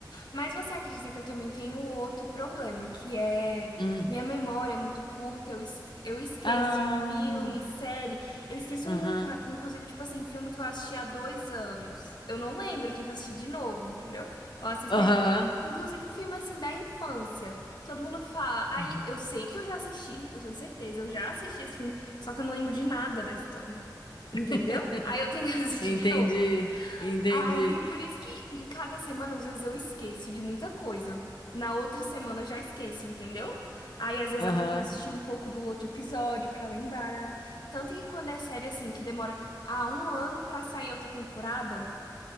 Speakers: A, on the left; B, on the left.
A: Mas você acredita que eu também tenho outro problema, que é
B: Hum.
A: minha memória é muito curta, eu, es- eu esqueço
B: Ah,
A: filme, série, eu esqueço
B: aham,
A: muito rápido, inclusive, tipo assim, filme que eu assisti há dois anos. Eu não lembro, eu tenho que assistir de novo, entendeu? Eu assisto
B: aham.
A: ele, inclusive filme assim da infância. Todo mundo fala, aí
B: Uhum.
A: eu sei que eu já assisti, eu tenho certeza, eu já assisti esse filme, só que eu não lembro de nada da história. Entendeu?
B: <laughs>
A: Aí eu tenho que <laughs> assistir
B: Entendi,
A: de novo.
B: entendi.
A: Aí, por isso que em cada semana, às vezes, eu esqueço de muita coisa. Na outra semana eu já esqueço, entendeu? Aí, às vezes,
B: Aham.
A: eu tenho que assistir um pouco do outro episódio pra lembrar. Tanto que quando é série assim, que demora ah, um ano pra sair outra temporada,